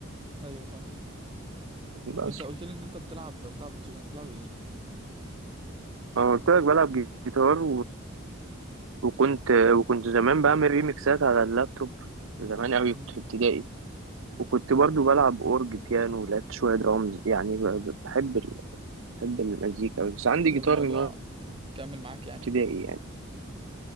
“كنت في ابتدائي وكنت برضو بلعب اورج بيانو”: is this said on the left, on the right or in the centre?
Right